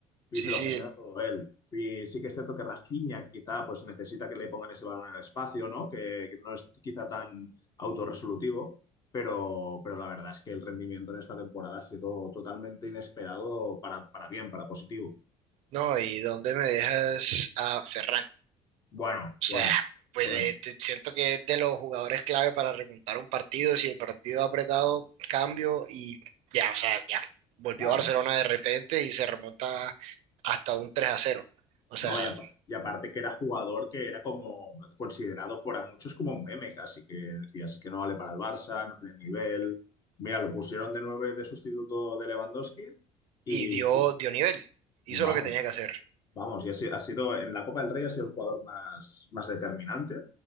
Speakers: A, on the left; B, on the right.
A: y
B: Sí,
A: se lo
B: sí,
A: genera todo él. Y sí que es cierto que Rafinha quizá pues necesita que le pongan ese balón en el espacio, ¿no? Que, que no es quizá tan autorresolutivo, pero, pero la verdad es que el rendimiento en esta temporada ha sido totalmente inesperado para, para bien, para positivo.
B: no, ¿y dónde me dejas a Ferran?
A: Bueno,
B: O sea,
A: bueno,
B: pues
A: bueno,
B: eh, te- siento que es de los jugadores clave para remontar un partido. Si el partido ha apretado, cambio y ya, o sea, ya. Volvió
A: claro.
B: Barcelona de repente y se remonta hasta un tres a cero, O sea,
A: No, y, apa- y aparte que era jugador que era como considerado por a muchos como un meme casi, que decías que no vale para el Barça, no tiene nivel. Mira, lo pusieron de nueve de sustituto de Lewandowski. Y
B: y dio,
A: sin
B: dio nivel. Hizo
A: Vamos,
B: lo que tenía que hacer.
A: vamos, y ha sido, ha sido en la Copa del Rey ha sido el jugador más, más determinante